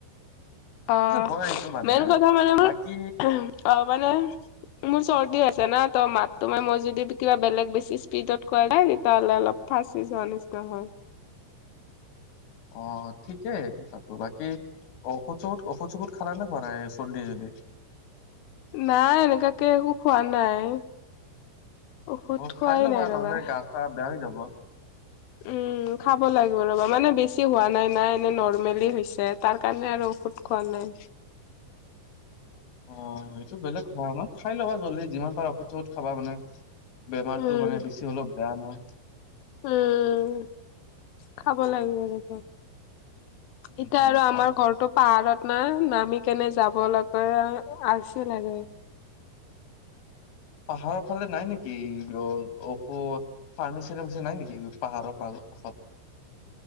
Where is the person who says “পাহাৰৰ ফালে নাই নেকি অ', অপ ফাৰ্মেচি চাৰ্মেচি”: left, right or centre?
Left